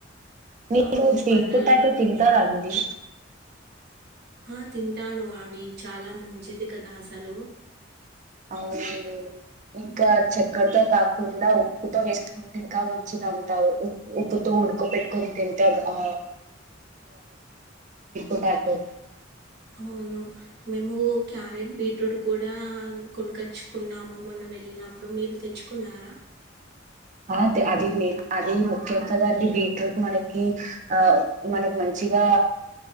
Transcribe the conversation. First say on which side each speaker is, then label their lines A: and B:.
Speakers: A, on the right; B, on the right.
A: మీరు
B: అవును
A: స్వీట్
B: పండ్లలో
A: పొటాటో
B: కూడా
A: తింటారండి
B: ఆ తింటాను అవి చాలా మంచిది కదా అసలు
A: అవునండి ఇంకా
B: ఉమ్,
A: చక్కెరతో కాకుండా ఉప్పుతో వేసుకుంటే ఇంకా మంచిది అంటారు ఉ ఉప్పుతో ఉడుకో పెట్టుకొని తింటే ఆ <unintelligible>
B: అవును మేము క్యారెట్ బీట్రూట్ కూడా కొనుకొచ్చుకున్నాము మొన్న వెళ్ళినప్పుడు మీరు తెచ్చుకున్నారా
A: ఆ తే అది అది ముఖ్యం కదండి బీట్రూట్ మనకి ఆ మనకి మంచి ఇగా